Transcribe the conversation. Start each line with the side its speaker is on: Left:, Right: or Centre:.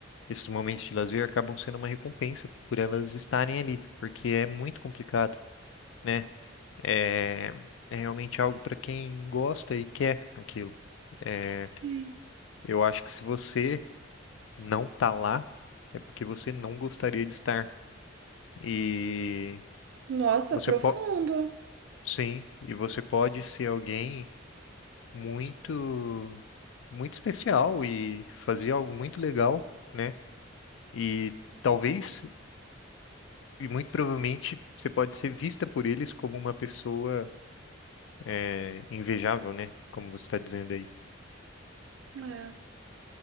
Left: esses momentos de lazer acabam sendo uma recompensa por elas estarem ali, porque é muito complicado né? É, é realmente algo para quem gosta e quer aquilo. É,
Right: Sim.
Left: eu acho que se você não tá lá, é porque você não gostaria de estar. E
Right: Nossa,
Left: você
Right: profundo.
Left: pode, sim, e você pode ser alguém muito, muito especial e fazer algo muito legal, né? E talvez, e muito provavelmente, você pode ser vista por eles como uma pessoa, é, invejável, né? Como você está dizendo aí.
Right: É,